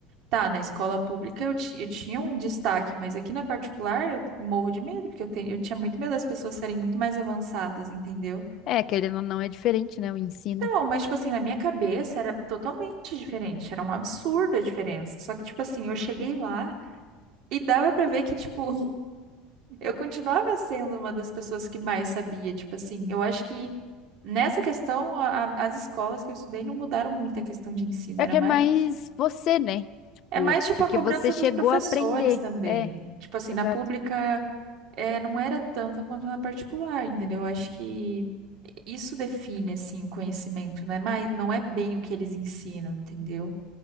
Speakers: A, on the right; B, on the left.
A: Tá, na escola pública eu, ti- eu tinha um destaque, mas aqui na particular eu morro de medo, porque eu, tenho, eu tinha muito medo das pessoas serem muito mais avançadas, entendeu?
B: É, querendo ou não, é diferente, né, o ensino.
A: Então, mas, tipo assim, na minha cabeça era totalmente diferente, era um absurdo a diferença. Só que, tipo assim, eu cheguei lá e dava pra ver que, tipo, <laughs> eu continuava sendo uma das pessoas que mais sabia, tipo assim, eu acho que nessa questão a- a- as escolas que eu estudei não mudaram muito a questão de ensino,
B: É
A: era
B: que
A: mais.
B: é mais você, né? Tipo,
A: É mais tipo
B: porque
A: a cobrança
B: você chegou
A: dos professores
B: a aprender.
A: também.
B: É,
A: Tipo assim,
B: exato.
A: na pública. é, não era tanta quanto na particular, entendeu? Eu Acho que isso define, assim, o conhecimento, né? Mas não é bem o que eles ensinam, entendeu?